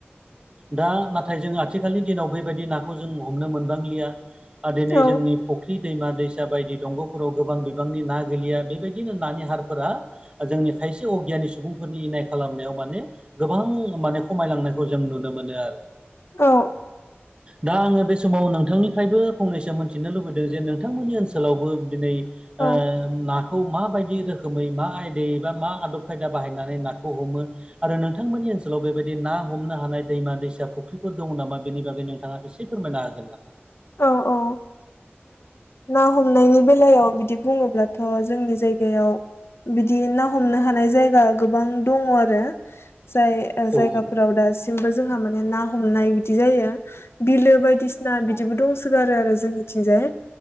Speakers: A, on the right; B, on the left.
A: दा नाथाय जों आथिखालनि दिनाव बेबायदि नाखौ जों हमनो मोनबांलिया। दिनै
B: औ
A: जोंनि फुख्रि दैमा दैसा बायदि दंग'फोराव गोबां बिबांनि ना गैलिया बेबायदिनो नानि हारफोरा जोंनि खायसे अगियानि सुबुंफोरनि इनाय खालामनायाव माने गोबां माने खमायलांनायखौ जों नुनो मोनो आरो।
B: औ
A: दा आङो बे समाव नोंथांनिफ्रायबो फंनैसो मिथिनो लुबैदों जे नोंथांमोननि ओनसोलावबो दिनै
B: औ
A: ओ ना खौ मााबायदि रोखोमै मा आयदायै बा मा आदब खायदा बाहायनानै नाखौ हमो आरो नोंथांमोननि ओनसोलाव बेबायदि ना हमनो हानाय दैमा दैसा फुख्रिफोर दङ नामा बेनि बागै नोंथाङा एसे फोरमायना होगोन नामा?
B: औ औ ना हमनायनि बेलायाव बिदि बुङोब्लाथ' जोंनि जायगायाव बिदि ना हमनो हानाय जायगा गोबां दङ आरो। जाय
A: औ
B: जायगाफोराव दासिमबो जोंहा माने ना हमनाय बिदि जायो। बिलो बायदिसिना
A: औ
B: बिदि दंसोगारो आरो जोंनि थिंजाय